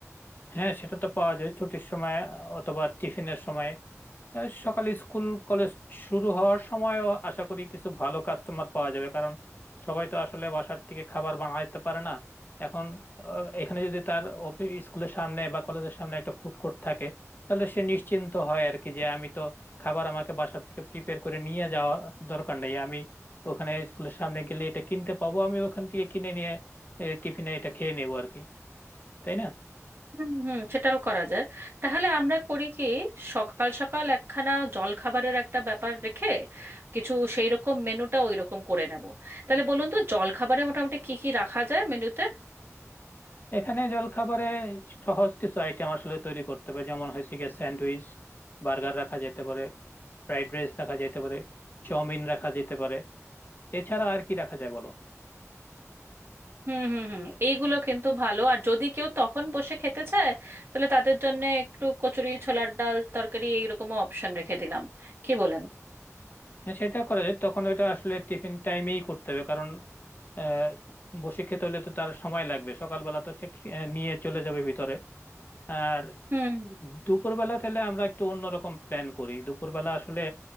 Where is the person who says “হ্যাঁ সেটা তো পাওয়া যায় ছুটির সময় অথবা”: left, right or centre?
Left